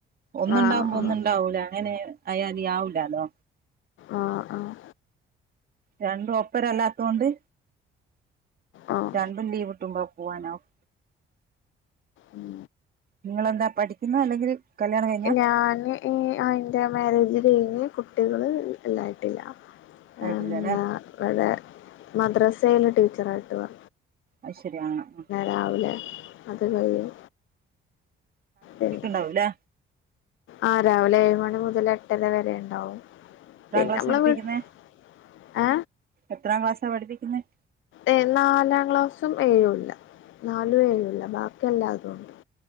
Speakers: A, on the right; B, on the left.
A: ഒന്നുണ്ടാവുമ്പോ
B: ആഹ് ആഹ്
A: ഒന്നും ഉണ്ടാവൂല അങ്ങനെ ആയാലി ആവൂല്ലല്ലോ
B: ആഹ് ആഹ്
A: രണ്ടും ഒപ്പരല്ലാത്തൊണ്ട്
B: ആഹ്
A: രണ്ടും ലീവ് കിട്ടുമ്പാ പോവാനാവു
B: ഉം
A: നിങ്ങളെന്താ പഠിക്കുന്നോ അല്ലെങ്കിൽ കല്യാണം കഴിഞ്ഞാ
B: ഞാന് ആ യിന്റെ മാരേജ് കഴിഞ്ഞ് കുട്ടികള് ഇല്ലായിട്ടില്ല
A: ആയിട്ടില്ലല്ലേ
B: എന്താ ഇവിടെ മദ്രസയില് ടീച്ചറായിട്ട് പോവ
A: അയ് ശരി ആഹ് ആഹ്
B: രാവിലെ അത് കഴിയും രണ്ടും
A: ണ്ടാവൂലെ
B: ആഹ് രാവിലെ ഏഴ് മണി മുതൽ എട്ടര വരെണ്ടാവും
A: എത്രാം
B: പിന്നെ
A: ക്ലാസ്സാ
B: നമ്മള
A: പഠിപ്പിക്കുന്നേ
B: ഏ
A: എത്രാം ക്ലാസ്സാ പഠപ്പിക്കുന്നത്
B: ഏ നാലാം ക്ലാസ്സും ഏഴു മില്ല നാലും ഏഴൂല്ല ബാക്കിയല്ലാതുംണ്ട്